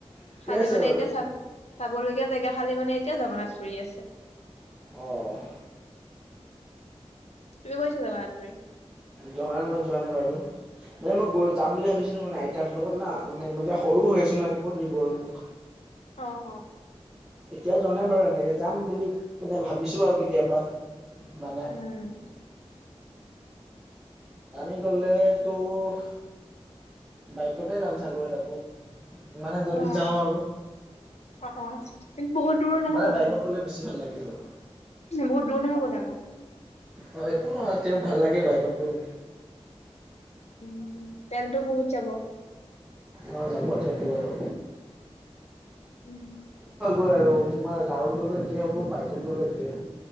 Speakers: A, in the centre; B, on the left.
A: ঠিকে
B: খালী
A: আছে
B: মানে
A: বাৰু
B: এতিয়া চাব-চাবলগীয়া জেগা, খালী মানে এতিয়া জগন্নাথ পুৰী আছে।
A: অ'।
B: তুমি গৈছা জগন্নাথ পুৰী?
A: জগন্নাথ মই যোৱা নাই বাৰু। মানে মই গৈ, যাম বুলি ভাবিছিলোঁ, মানে আইতাক লগত না, মানে, মই যে সৰু সৰু হৈ আছোঁ না। ক'ত নিব আৰু মোক?
B: অ', অ'।
A: এতিয়া যোৱা নাই বাৰু। এনেকে যাম বুলি মানে, ভাবিছোঁ আৰু কেতিয়াবা মানে
B: উম।
A: আমি গ'লে তোৰ বাইকতে যাম চাগৈ <unintelligible> মানে যদি
B: অ',
A: যাওঁ আৰু
B: অ', অ', কিন্তু বহুত দূৰ নহ'ব
A: মানে বাইকত
B: জানো?
A: গ'লে বেছি ভাল লাগে আৰু
B: বহুত দূৰ নহ'ব জানো?
A: অ', একো নহয়। তেওঁ ভাল লাগে বাইকত গৈ।
B: উম, তেলটো বহুত যাব।
A: অ', যাব তেলটো বাৰু।
B: উম।
A: কৈ আৰু, তোমাৰ কাৰত গ'লেও একেই হ'ব, বাইকত গ'লেও একেই